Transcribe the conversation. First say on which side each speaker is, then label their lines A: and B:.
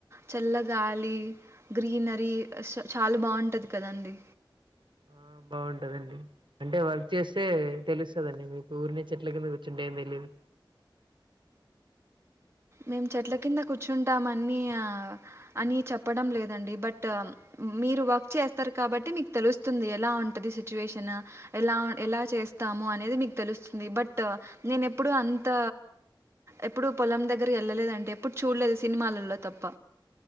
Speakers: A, on the right; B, on the right.
A: చల్లగాలి గ్రీనరీ చాలా బాగుంటది కదాండి
B: ఆ బాగుంటదండి అంటే వర్క్ చేస్తే తెలుస్తదండి మీకు ఉర్నే చెట్ల కింద కూర్చుంటే ఏం తెలిదు
A: మేము చెట్ల కింద కూర్చుంటాం అన్ని అనీ చెప్పడం లేదండి బట్ మీరు వర్క్ చేస్తారు కాబట్టి మీకు తెలుస్తుంది ఎలా ఉంటది సిచ్యువేషన్ ఎలా ఎల చే స్తాము అనేది మీకు తెలుస్తుంది బట్ నేను ఎప్పుడు అంత ఎప్పుడు పొలం దగ్గ ఏళ్ళలేదంటే ఎప్పుడు చూడలేదు సినిమాలలో తప్ప